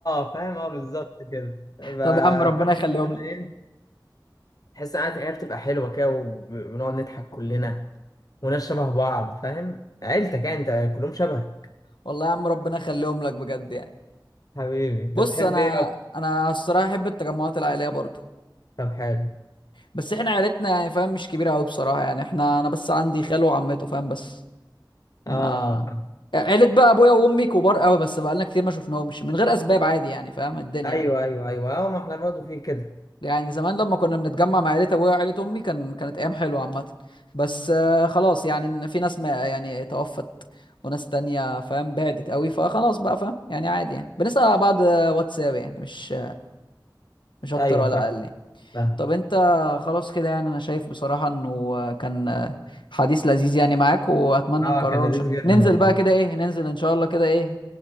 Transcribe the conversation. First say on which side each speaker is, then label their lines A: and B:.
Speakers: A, on the left (about 50°); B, on the left (about 80°).
A: اه فاهم اه بالظبط كده ف-
B: طب يا عم ربنا
A: فتحس
B: يخليهم
A: ان
B: لك
A: ايه تحس ان العيله بتبقى حلوه كده وبنقعد نضحك كلنا وناس شبه بعض فاهم عيلتك يعني انت كلهم شبه
B: والله يا عم ربنا يخليهم لك بجد يعني
A: حبيبي انت
B: بص
A: بتحب
B: انا
A: ايه
B: انا الصراحة احب التجمعات العائلية برضو
A: طب حلو
B: بس احنا عيلتنا يعني فاهم مش كبيره قوي بصراحه يعني احنا انا بس عندي خاله وعمته فاهم بس ما
A: اه آه، فاهم.
B: عيلة بقى ابويا وامي كبار قوي بس بقالنا كتير ما شفناهمش من غير اسباب عادي يعني فاهم الدنيا
A: ايوه
B: بقى
A: ايوه ايوه اه ما احنا برضه في كده
B: يعني زمان لما كنا بنتجمع مع عيلة ابويا وعيلة امي كان كانت ايام حلوه عامه بس آه، خلاص يعني إن في ناس ما يعني توفت وناس تانية فاهم بعدت قوي فخلاص بقى فاهم يعني عادي يعني بنسأل على بعض آه، واتساب يعني مش مش اكتر
A: ايوه
B: ولا
A: فاهم
B: اقل يعني.
A: فاهم
B: طب انت خلاص كده يعني انا شايف بصراحة انه كان حديث لذيذ يعني معاك واتمنى
A: اه
B: نكرره
A: كان لذيذ
B: ان شاء الله
A: جدا
B: ننزل
A: والله
B: بقى كده ايه ننزل ان شاء الله كده ايه